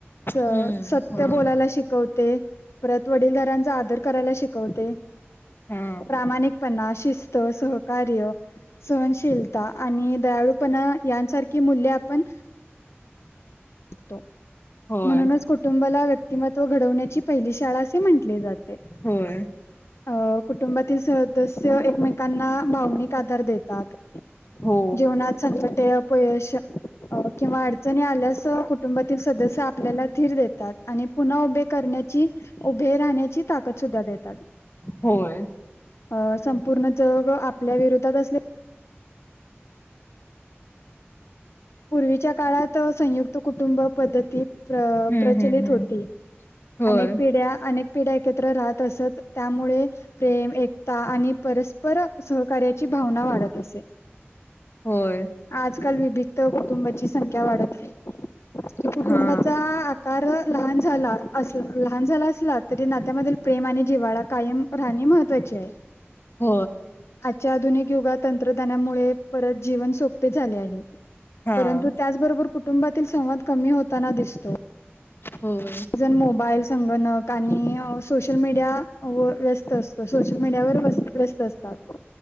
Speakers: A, on the left; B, on the left.
A: स
B: हम्म
A: सत्य
B: हा
A: बोलांयला शिकवते परंत वडील धारांचा आदर करायंला शिकवते
B: हा
A: प्रामाणिकपणां शिस्तं सहकार्य सहनशीलतां आणि दयाळूंपणा यांसारखी मूल्यं आपणं तो
B: होय
A: म्हणूनचं कुटुंबाला व्यक्तिमत्त्व घडवण्यांची पहिली शाळां असे म्हंटली जाते
B: होयं
A: अं कुटुंबातील सदस्यं एकमेकांना भावनिक आधांर देतांत
B: हो
A: जीवनांत संकटे अपयश किंवा अडचणी आल्यांस कुटुंबातील सदस्यं आपल्यांला धीर देतांत आणि पुन्हां उभे करण्यांची उभे राहण्यांची ताकंद सुद्धां देतांत
B: होयं
A: अं संपूर्ण जंग आपल्या विरोधांत असेल पूर्वीच्या काळांत संयुक्तं कुटुंबं पद्धतींत
B: हम्म
A: प्रचलित
B: हम्म हम्म
A: होती
B: होय
A: अनेक पिढ्यां अनेक पिढ्यां एकत्रं राहतं असतं त्यांमुळें प्रेम एकतां आणि परस्पंर सहकार्याची भावनां वाढतं असे
B: होयं
A: आंजकांल विभक्त कुटुंबांची संख्या वाढतं नाहीं कुटुंबांचा
B: हा
A: आंकार लहांन झालां असलां लहांन झालां असलां तरी नात्यांमधील प्रेम आणि जिव्हाळा कायंम राहणे महत्त्वाची आहे
B: हो
A: आजच्यां आधुनिक युगांत तंत्रज्ञांनामुळे परंत जीवन सोपे झाले आहेतं
B: हा
A: परंतु त्याचबरोबर कुटुंबातील संवाद कमी होताना दिसतो.
B: होय,
A: जण मोबाईल, संगणक आणि सोशल मीडिया व व्यस्त अस सोशल मीडिया ववर वत व्रस्त असतात.